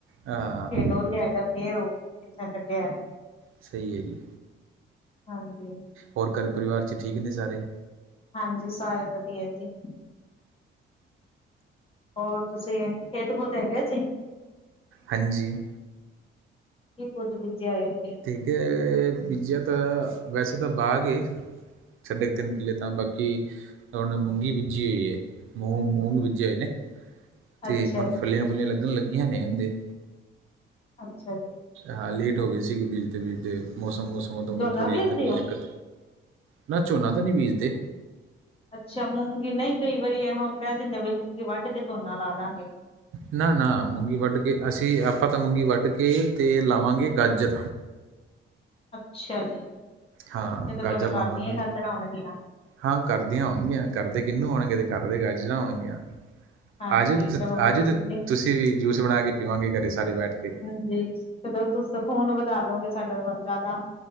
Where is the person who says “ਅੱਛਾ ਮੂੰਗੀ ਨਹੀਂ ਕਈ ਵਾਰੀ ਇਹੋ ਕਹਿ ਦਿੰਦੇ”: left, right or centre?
Left